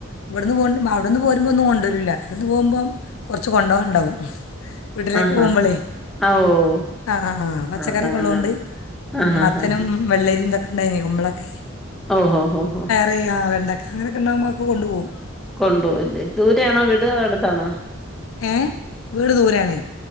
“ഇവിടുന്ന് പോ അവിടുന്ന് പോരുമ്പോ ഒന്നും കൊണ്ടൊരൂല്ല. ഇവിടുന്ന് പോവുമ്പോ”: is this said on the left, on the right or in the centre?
Left